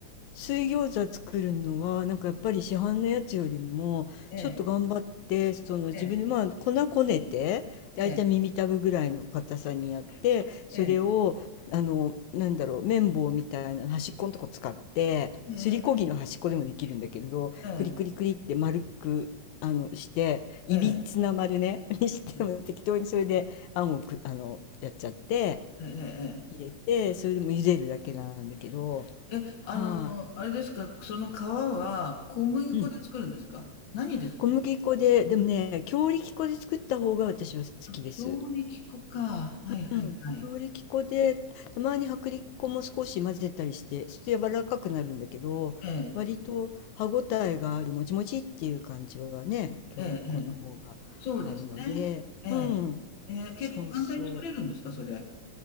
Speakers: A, on the left; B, on the left.
A: 水餃子作るのはなんかやっぱり市販のやつよりもちょっと頑張ってその自分でまあ粉こねてだいたい耳たぶぐらいの硬さにやってそれをあのなんだろう綿棒みたいな端っこのとこ使ってすりこぎの端っこでもできるんだけどクリクリクリって丸くあのしていびつな丸ね
B: ええ、ええ、ええ、ええ。うんうんうん、ええ、
A: <laughs> にしても適当にそれであんをくあのやっちゃって
B: ええ、うん、ええええ
A: 入れてそれでも茹でるだけなんだけど
B: ええ。え、
A: は
B: あの、あれですか、その皮は小麦粉で作るんですか？
A: い、
B: 何で作るの
A: 小麦粉で、でもね、強力粉で作った方が私は好きです。
B: あ、強力粉か。はいはいはい。
A: うん。強力粉で、たまに薄力粉も少し混ぜたりして、そして柔らかくなるんだけど、
B: ええ、
A: 割と歯ごたえがある、もちもちっていう感じはね、強力粉の方があるので、
B: ええええ。そうですね。ええ、
A: うん。
B: ええ、結構簡単に作れるんですか？
A: そうそ
B: それ。